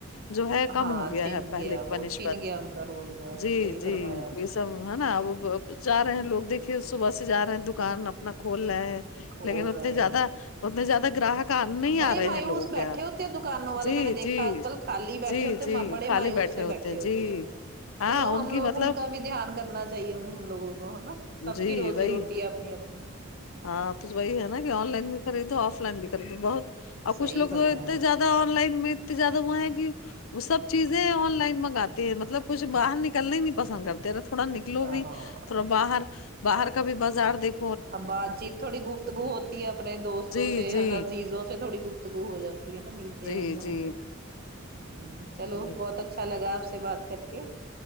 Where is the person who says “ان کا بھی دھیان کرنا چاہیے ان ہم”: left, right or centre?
Right